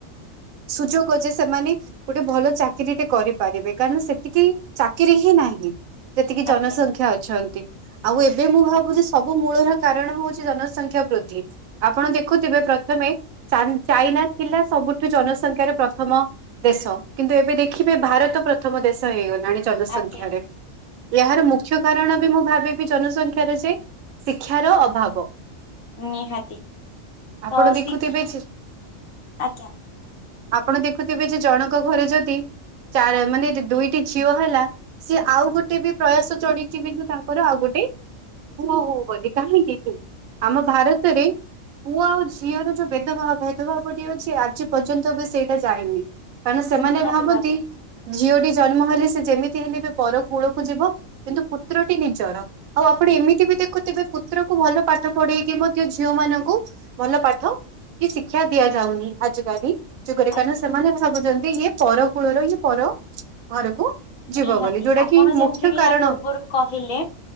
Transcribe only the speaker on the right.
ସୁଯୋଗ ଯେ ସେମାନେ ଗୋଟେ ଭଲ ଚାକିରି ଟେ କରିପାରିବେ। କାରଣ ସେତିକି ଚାକିରି ହିଁ ନାହିଁ ଯେତିକି
ଜନସଂଖ୍ୟା ଅଛନ୍ତି। ଆଉ ଏବେ ମୁଁ ଭାବୁଛି ସବୁ ମୂଳର କାରଣ ହଉଛି ଜନସଂଖ୍ୟା ବୃଦ୍ଧି। ଆପଣ ଦେଖୁଥିବେ ପ୍ରଥମେ ଚା ଚାଇନା ଥିଲା ସବୁଠୁ ଜନସଂଖ୍ୟାରେ ପ୍ରଥମ। ଦେଶ କିନ୍ତୁ ଏବେ ଦେଖିବେ ଭାରତ ପ୍ର ପ୍ରଥମ ଦେଶ ହେଇଗଲାଣି ଜନସଂଖ୍ୟାରେ
ଏହାର ମୁଖ୍ୟ କାରଣ ବି ମୁଁ ଭାବି ଜନସଂଖ୍ୟାର ଯେ, ଶିକ୍ଷାର ଅଭାବ
ଆପଣ
ଦେଖୁଥିବେ
ଆପଣ ଦେଖୁଥିବେ ଯେ ଜଣଙ୍କ ଘରେ ଯଦି ଚା- ମାନେ ଦୁଇଟି ଝିଅ ହେଲା ସିଏ ଆଉ ଗୋଟେ ବି ପ୍ରୟାସ ଚଡିଥିବେ ଯେ ତାଙ୍କର ଆଉ ଗୋଟେ ପୁଅ ହଉ ବୋଲି କାହିଁକି ଆମ ଭାରତରେ ପୁଅ ଆଉ ଝିଅର ଯଉ ଭେଦଭାବ ଭେଦଭାବ ଟି ଅଛି ଆଜି ପର୍ଯ୍ୟନ୍ତ ବି ସେଇଟା ଯାଇନି। କାରଣ ସେମାନେ
ଭାବନ୍ତି
ଝିଅଟି ଜନ୍ମ ହେଲେ ସେ ଯେମିତି ହେଲେ ବି ପର କୂଳକୁ ଯିବ କିନ୍ତୁ ପୁତ୍ରଟି ନିଜର। ଆଉ ଆପଣ ଏମିତି ବି ଦେଖୁଥିବେ ପୁତ୍ରକୁ ଭଲ ପାଠ ପଢେଇକି ମଧ୍ୟ ଝିଅ ମାନଙ୍କୁ ଭଲ ପାଠ କି ଶିକ୍ଷା ଦିଆଯାଉନି ଆଜିକାଲି ଯୁଗରେ
କାରଣ ସେମାନେ ଭାବୁଚନ୍ତି ଇଏ ପର କୂଳର ଇଏ ପର ଘରକୁ ଯିବ
ବୋଲି ଯୋଉଟା
କି
ମୁଖ୍ୟ କାରଣ